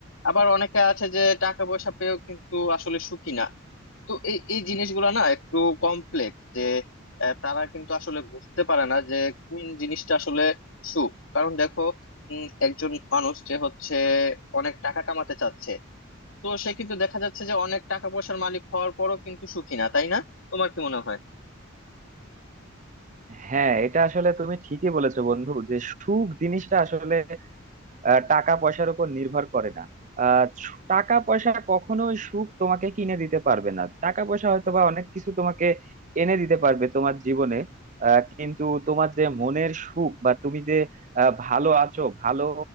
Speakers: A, on the left; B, on the right.
A: আবার অনেকে আছে যে টাকা পয়সা পেয়েও কিন্তু আসলে সুখী না তো এই এই জিনিসগুলো না একটু কমপ্লেক্স যে আহ, তারা কিন্তু আসলে বুঝতে পারে না যে কোন জিনিসটা আসলে সুখ কারণ দেখো উম, একজন মানুষ যে হচ্ছে অনেক টাকা কামাতে চাচ্ছে তো সে কিন্তু দেখা যাচ্ছে যে অনেক টাকা পয়সার মালিক হওয়ার পরও কিন্তু সুখী না তাই না তোমার কি মনে হয়
B: হ্যাঁ এটা আসলে তুমি ঠিকই বলেছো বন্ধু যে সুখ জিনিসটা আসলে আহ, টাকা পয়সার উপর নির্ভর করে না আহ, সু- টাকা পয়সা কখনোই সুখ তোমাকে কিনে দিতে পারবে না টাকা পয়সা হয়তো বা অনেক কিছু তোমাকে এনে দিতে পারবে তোমার জীবনে আহ, কিন্তু তোমার যে মনের সুখ বা তুমি যে আহ, ভালো আছো ভালো